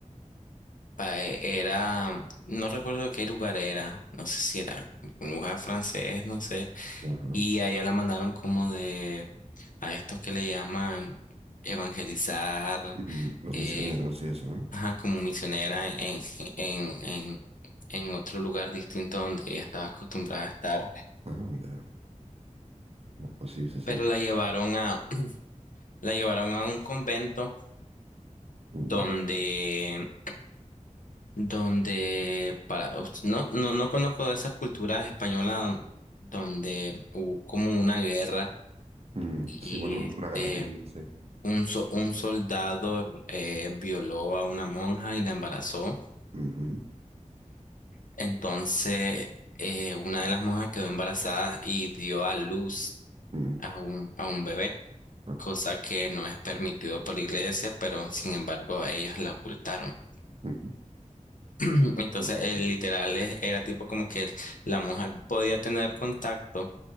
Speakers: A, on the left (about 85°); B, on the right (about 50°).
A: pa- era, no recuerdo qué lugar era, no sé si era un lugar francés, no sé.
B: mm, ajá.
A: Y a ella la mandaron como de a estos que le llaman evangelizar,
B: Mm, Los
A: eh,
B: misioneros y eso, ¿no?
A: ajá, como misionera en, en, en, en otro lugar distinto donde ella estaba acostumbrada a estar.
B: Anda. Ah, Pues sí, sí, sí.
A: Pero la llevaron a, la llevaron a un convento
B: Mm,
A: donde, donde para, no, no, no conozco de esa cultura española don- donde hubo como una guerra
B: mm,
A: y
B: Sí, bueno, un-
A: este,
B: una guerra civil, sí.
A: un, so- un soldado eh, violó a una monja y la embarazó.
B: Ujú,
A: Entonces, eh, una de las monjas quedó embarazada y dio a luz.
B: mm,
A: a un, a un bebé,
B: ah,
A: cosa que no es permitido por la iglesia, pero sin embargo ellos la ocultaron.
B: ujú.
A: <clears throat> Entonces,
B: Bueno, pues
A: el
B: sí.
A: literal es- era tipo como que la mujer podía tener contacto